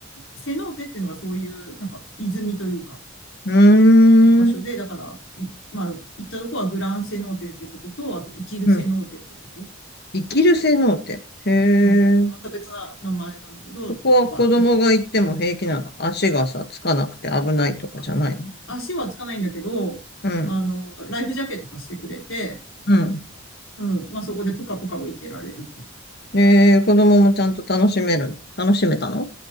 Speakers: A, on the left (about 85°); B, on the left (about 55°).
A: セノーテっていうのがそういう、なんか、泉というか、
B: うーん。
A: 場所で、だから、まあ、行ったとこはグランセノーテってとこと、あと、生きるセノーテってとこ、
B: うん。生きる性能って。へえ。
A: うん、まあ、また別な名前なんだけど、
B: そこは子供が行っても平気なの。
A: とか、い
B: 足がさ、つかなくて危ないとかじゃないの。
A: あ足はつかないんだけど、
B: うん。
A: あの、ライフジャケット貸してくれて、
B: うん。
A: うん、まあ、そこでぷかぷか浮いてられるっていうか、
B: えー、子供もちゃんと楽しめるの。楽しめたの